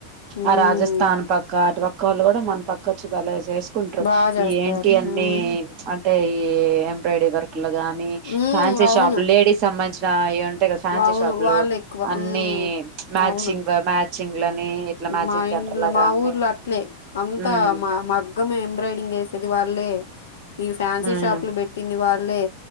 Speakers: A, on the left (about 60°); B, on the right (about 40°).
A: ఉమ్
B: ఆ రాజస్థాన్ పక్క అటు పక్కోళ్ళు గూడ మన పక్కొచ్చి భలే జేసుకుంట్రు
A: బా చేస్తారు
B: ఈ యేంటి అన్నీ
A: మ్మ్
B: అంటే ఈ బ్రయిడరీ వర్క్లుగానీ
A: మ్మ్
B: ఫ్యాన్సీ
A: అవును
B: షాప్ లేడీస్ సంబందించినా ఏ ఉంటైగ ఫ్యాన్సీ
A: అవును
B: షాప్
A: వాళ్ళు
B: లూ
A: ఎక్కువ
B: అన్నీ
A: మ్మ్
B: మ్యాచింగ
A: అవును
B: మ్యాచింగ్ ఇట్లా మ్యాచింగ్
A: మా ఇం
B: సెంటర్ లాగా
A: మా
B: అన్ని
A: ఊర్లో అట్లే అంతా
B: మ్మ్
A: మా మగ్గమే ఎం బ్రయిడింగ్ ఏసేది వాళ్లే, ఈ ఫాన్సీ
B: మ్మ్
A: షాప్ లు బెట్టింది వాళ్ళే,